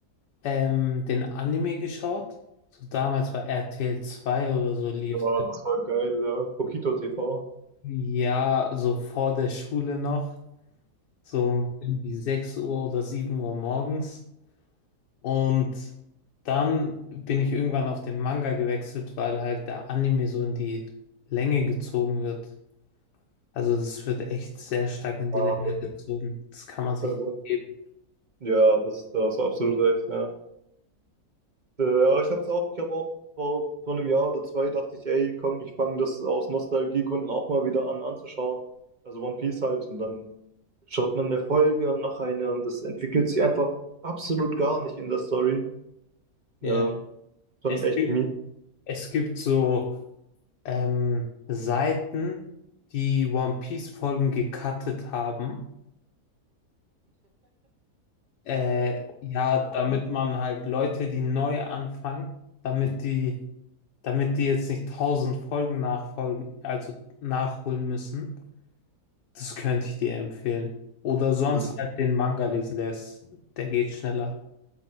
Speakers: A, on the left; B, on the right.
A: ähm, den Anime geschaut. So damals bei RTL zwei oder so lief.
B: ja, das war geil, ja. Pokito TV.
A: Ja, so vor der Schule noch. so irgendwie 6 Uhr oder 7 Uhr morgens. Und dann bin ich irgendwann auf den Manga gewechselt, weil halt der Anime so in die Länge gezogen wird. Also das wird echt sehr stark in
B: Ja,
A: die Länge
B: bei-
A: gezogen. Das kann man sich
B: bei One.
A: nicht geben.
B: Ja, das, da hast du absolut recht, ja. Äh, Ja, ich hab's auch, ich habe auch vor, vor einem Jahr oder zwei dachte ich, ey, komm, ich fange das aus Nostalgiegründen auch mal wieder an anzuschauen. Also One Piece halt und dann schaut man eine Folge und noch eine und das entwickelt sich einfach absolut gar nicht in der Story. Ja,
A: Ja.
B: schon
A: Es
B: echt
A: gibt,
B: mies.
A: es gibt so ähm, Seiten, die One Piece-Folgen gecuttet haben. Äh, ja, damit man halt Leute, die neu anfangen, damit die damit die jetzt nicht tausend Folgen nachfolgen, also nachholen müssen. Das könnte ich dir empfehlen. Oder sonst
B: Das,
A: halt den Manga lesen, der ist, der geht schneller.